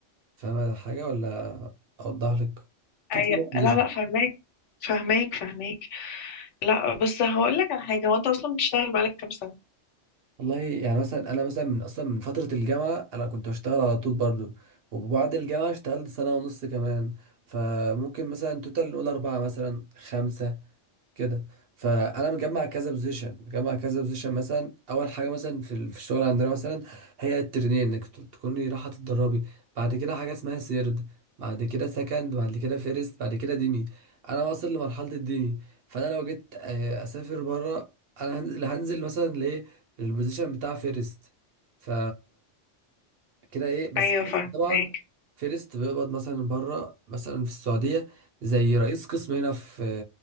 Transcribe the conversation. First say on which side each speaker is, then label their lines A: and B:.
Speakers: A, on the right; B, on the left.
A: فاهم حاجة ولا أوضح لك؟ أكيد
B: أيوة.
A: بوزيشن
B: لا لا فهماك فهماك فهماك لا بس هقول لك على حاجة هو انت اصلا بتشتغل بقالك كام سنة
A: والله يعني مثلا انا مثلا من اصلا من فتره الجامعه انا كنت بشتغل على طول برضو وبعد الجامعه اشتغلت سنه ونص كمان فممكن مثلا توتال نقول اربعه مثلا خمسه كده فانا مجمع كذا بوزيشن مجمع كذا بوزيشن مثلا اول حاجه مثلا في ال- في الشغل عندنا مثلا هي الترنين انك ت- تكوني رايحه تتدربي بعد كده حاجه اسمها سيرد بعد كده سكند بعد كده فيرست بعد كده ديمي انا واصل لمرحله الديمي فانا لو جيت آه، اسافر بره انا هنزل هنزل مثلا لايه للبوزيشن بتاع فيرست ف كده ايه بس
B: ايوه
A: فيرست
B: فاهمك
A: طبعا فيرست بيقبض مثلا بره مثلا في السعوديه زي رئيس قسم هنا في